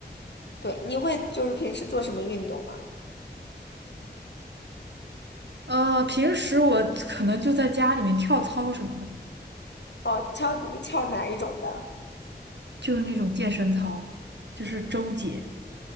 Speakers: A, on the left (about 80°); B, on the right (about 85°).
A: 对，你会就是平时做什么运动吗？
B: 呃，平时我可能就在家里面跳操什么的，
A: 哦，跳跳哪一种的？
B: 就是那种健身操，就是周姐。